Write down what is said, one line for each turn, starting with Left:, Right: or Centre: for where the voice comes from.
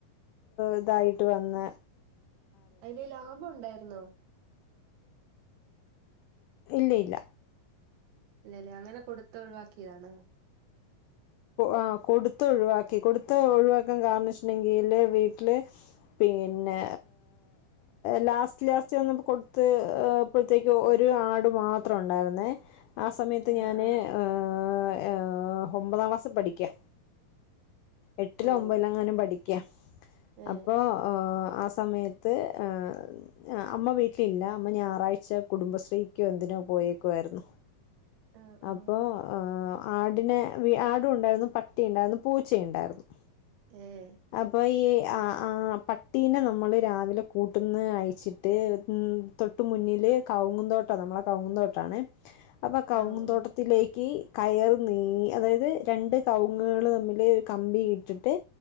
Left: ഇതായിട്ട് വന്ന്
Right: അയില് ലാഭം ഉണ്ടായിരുന്നോ
Left: ഇല്ല ഇല്ല
Right: ഇല്ലല്ല അങ്ങനെ കൊടുത്ത് ഒഴിവാക്കിയാണ്.
Left: ആഹ് കൊടുത്ത് ഒഴിവാക്കി കൊടുത്ത് ഒഴിവാക്കാൻ കാര്ണം ചോദിച്ചിട്ണ്ടെങ്കില് വീട്ടില് പിന്നെ ലാസ് റ്റം ലാസ്റ്റ് വന്നപ്പൊ കൊട്ത്ത് ഇപ്പെത്തേക്കു ഒരു ആട് മാത്രം ഉണ്ടായിരുന്നേ ആ സമയത്ത്
Right: ആഹ്
Left: ഞാന്
Right: ആഹ്
Left: ഏഹ് ഏഹ് ഒമ്പതാം ക്ലാസ്സിൽ പഠിക്കാ എട്ടിലോ
Right: ഓ
Left: ഒമ്പലോ അങ്ങാനും പഠിക്ക
Right: ഏഹ്
Left: അപ്പൊ ആഹ് സ സമയത്ത് ഏഹ് അമ്മ വീട്ടിലില്ല. അമ്മ ഞായറാഴ്ച കുടുംബശ്രീക്കോ എന്തിനോ പോയേക്കുവായിരുന്നു
Right: ഏഹ് ആഹ്
Left: അപ്പോ ആടിനെ ആടു ഉണ്ടായിരുന്നു. പട്ടി ഉണ്ടായിരുന്നു. പൂച്ചയുണ്ടായിരുന്നു.
Right: ഏഹ്
Left: അപ്പൊ ഈ ആ ആ പ പട്ടീനെ നമ്മൾ രാവിലെ കൂട്ട്ന്ന് അയച്ചിട്ട് തൊട്ട് മുന്നില് കൗങ്ങുന്തോട്ടം നമ്മളെ കൗങ്ങുന്തോട്ടാണ് അപ്പൊ കൗങ്ങുന്തോട്ട
Right: ഓ ഓ
Left: ത്തിലേക്ക് കയർ നീങ്ങി അതായത് രണ്ട് കവുങ്ങുകൾ തമ്മിൽ ഒരു കമ്പി ഇട്ടിട്ട്